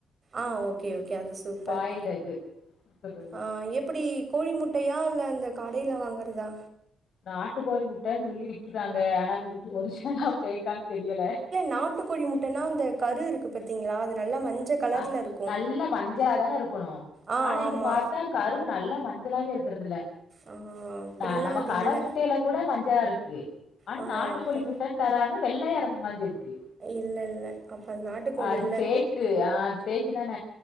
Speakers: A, on the right; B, on the left.
A: ஆ ஓகே ஓகே அது சூப்பர்
B: பாயில்டு எக்கு குடுத்துருவே
A: ஆ ஆ எப்படி கோழி முட்டையா இல்ல இந்த கடையில வாங்குறதா
B: நாட்டு கோழி முட்டன்னு சொல்லி விக்கிறாங்க ஆனா அது ஒரிஜினலா ஃபேக்கான்னு தெரியல
A: நாட்டுக்கோழி முட்டன்னா அந்த கரு இருக்கு பாத்தீங்களா அது நல்லா மஞ்ச கலர்ல
B: அ
A: இருக்கு
B: நல்ல மஞ்சளா தான இருக்கணு
A: ஆ
B: ஆனா இங்க
A: ஆமா
B: பாத்தா கரு நல்லா மஞ்சளாவே இருக்குறது இல்ல
A: ஆ அப்டின்னா
B: ஆ நம்ம
A: அது
B: கட
A: இல்ல
B: முட்டையில கூட மஞ்சளா இருக்கு ஆனா
A: ஆ
B: நாட்டுக்கோழி
A: அப்ப
B: முட் டன்னு தராங்க வெள்ளையாயிருந்த மாரி இருக்கு
A: இல்ல இல்ல அப்ப அது நாட்டுக்கோழி
B: அ, அது
A: இல்ல
B: ஃபேக்கு ஆ அது ஃபேக்கு தான